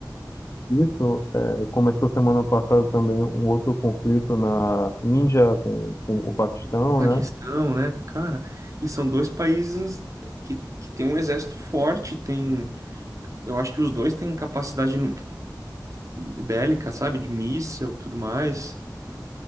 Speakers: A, on the left (about 45°); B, on the right (about 50°).
A: isso é, começou semana passada também um outro conflito na Índia com, com o Paquistão,
B: Paquistão,
A: né?
B: né? Cara, e são dois países que, que tem um exército forte, tem... Eu acho que os dois têm capacidade nu- bélica, sabe? De míssil, tudo mais.